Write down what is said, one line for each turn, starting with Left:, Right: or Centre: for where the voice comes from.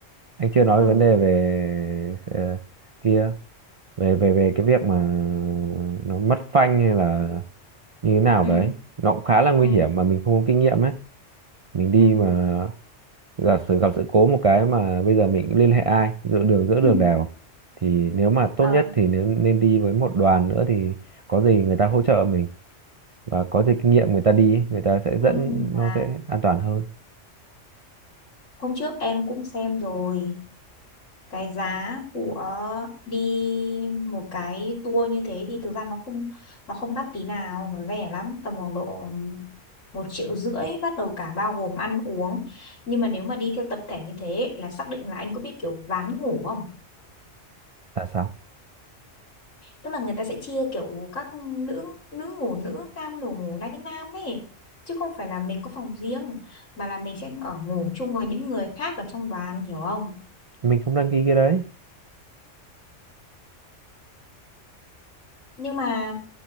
Right: anh chưa nói
Left: ừ
Right: về vấn đề về ờ, kia về về về cái việc mà nó mất phanh hay là như thế nào
Left: ừ
Right: đấy nó cũng khá là nguy
Left: ừ
Right: hiểm mà mình không có kinh nghiệm ấy mình đi
Left: ừ
Right: mà giả sử gặp sự cố một cái mà bây giờ mình cũng liên hệ ai giữa đường giữa
Left: Ừ.
Right: đường đèo thì nếu mà tốt
Left: ờ
Right: nhất thì nếu nên đi với một đoàn nữa thì có gì người ta hỗ trợ mình và có gì kinh nghiệm người ta đi ấy, người ta sẽ
Left: nhưng
Right: dẫn
Left: mà
Right: nó sẽ an toàn hơn
Left: hôm trước em cũng xem rồi cái giá của đi một cái tour như thế thì thực ra nó không nó không đắt tí nào nó rẻ lắm tầm khoảng độ một triệu rưỡi bắt đầu cả bao gồm ăn uống nhưng mà nếu mà đi theo tập thể như thế là xác định là anh có biết kiểu ván ngủ không
Right: tại sao
Left: tức là người ta sẽ chia kiểu các nữ nữ ngủ nữ nam ngủ ngủ nam với nam ấy chứ không phải là mình có phòng riêng mà là mình sẽ ở ngủ chung với những người khác ở trong đoàn hiểu không
Right: mình không đăng ký cái đấy
Left: nhưng mà